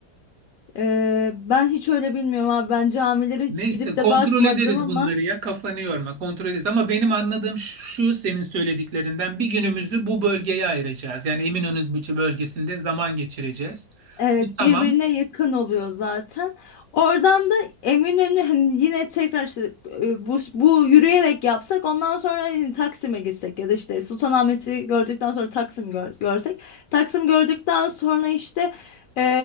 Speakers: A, on the left (about 75°); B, on the right (about 65°).
A: e, ben hiç öyle bilmiyorum abi. Ben camilere hiç
B: Neyse
A: gidip
B: kontrol
A: de bakmadım
B: ederiz
A: ama.
B: bunları ya kafanı yorma kontrol ederiz. Ama benim anladığım şu senin söylediklerinden bir günümüzü bu bölgeye ayıracağız. Yani Eminönü bö- bölgesinde zaman geçireceğiz.
A: Evet
B: Bu tamam.
A: birbirine yakın oluyor zaten. Oradan da Eminönü hani yine tekrar işte e, bu, bu yürüyerek yapsak ondan sonra hani Taksim'e gitsek ya da işte Sultanahmet'i gördükten sonra Taksim gör- görsek. Taksim gördükten sonra işte e,